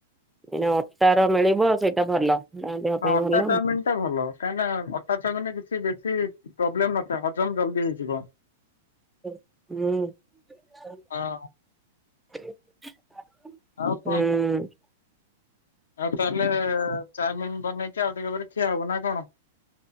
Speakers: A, in the centre; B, on the left.
A: ଏ ଯଉ ଅଟା ର ମିଳିବ ସେଇଟା ଭଲ। ଦେହ
B: ହଁ,
A: ପାଇଁ
B: ଅଟା
A: ଭଲ।
B: ଚାଉମିନ ଟା ଭଲ। କାହିଁକି ନା ଅଟା ଚାଉମିନ ରେ କିଛି ବେଶୀ ପ୍ରୋବ୍ଲେମ ନ ସେ ହଜମ ଜଲ୍ଦି ହେଇଯିବ।
A: ହୁଁ।
B: ହଁ
A: ହୁଁ।
B: ଆଉ କଣ ଆଉ ତାହେଲେ ଚାଉମିନ ବନେଇକି ଆଉ ଟିକେ ପରେ ଖିଆ ହବ, ନା କଣ?